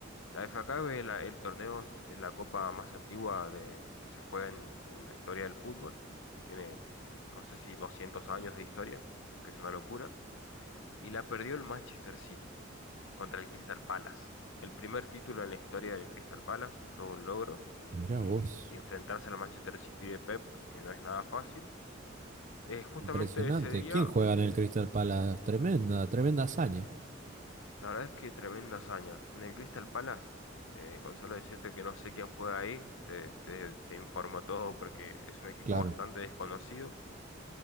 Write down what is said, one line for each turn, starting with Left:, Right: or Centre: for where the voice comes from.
Left: la FA Cup es la- el torneo, es, es la copa más antigua de, que se juega en, en la historia del fútbol. Tiene, no sé si 200 años de historia, que es una locura. Y la perdió el Manchester City contra el Crystal Palace. El primer título en la historia del Crystal Palace, todo un logro.
Right: Mirá
Left: Y
Right: vos.
Left: enfrentarse al Manchester City de Pep, que no es nada fácil Eh, justamente
Right: Impresionante.
Left: ese día,
Right: ¿Quién juega en
Left: es,
Right: el Crystal Palace? Tremenda, tremenda hazaña.
Left: la verdad es que tremenda hazaña. En el Crystal Palace, eh, con solo decirte que no sé quién juega ahí, te, te, te informo todo porque es un equipo
Right: Claro,
Left: bastante desconocido.